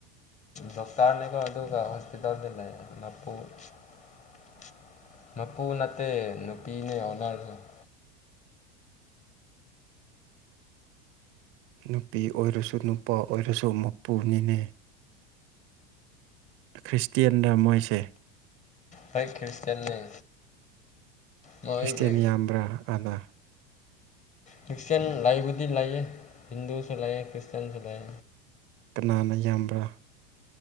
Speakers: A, on the left; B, on the right.
A: ꯗꯣꯛꯇꯔꯅꯦ ꯀ ꯑꯗꯨꯒ ꯍꯣꯁꯄꯤꯇꯥꯜꯗ ꯂꯩꯄꯨ <inaudible> ꯃꯄꯨ ꯅꯠꯇꯦ ꯅꯨꯄꯤꯅꯦ ꯑꯣꯟꯅꯔꯁ <inaudible>
B: ꯅꯨꯄꯤ ꯑꯣꯏꯔꯁꯨ ꯅꯨꯄꯥ ꯑꯣꯏꯔꯁꯨ ꯃꯄꯨꯅꯤꯅꯦ ꯈ꯭ꯔꯤꯁꯇꯦꯟꯗ ꯃꯣꯏꯁꯦ
A: ꯊꯀꯤꯌꯨ ꯆꯟꯅꯩ ꯃꯣꯏꯒꯤ
B: ꯈ꯭ꯔꯤꯁꯇꯦꯟ ꯌꯥꯝꯕ꯭ꯔꯥ ꯑꯥꯗ
A: ꯀ꯭ꯔꯤꯁꯇꯟ ꯂꯏꯕꯗꯤ ꯂꯥꯏꯌꯦ ꯍꯤꯟꯗꯨꯁꯨ ꯂꯥꯏꯌꯦ ꯀ꯭ꯔꯤꯁꯇꯟꯁꯨ ꯂꯑ
B: ꯀꯅꯥꯅ ꯌꯥꯝꯕ꯭ꯔꯥ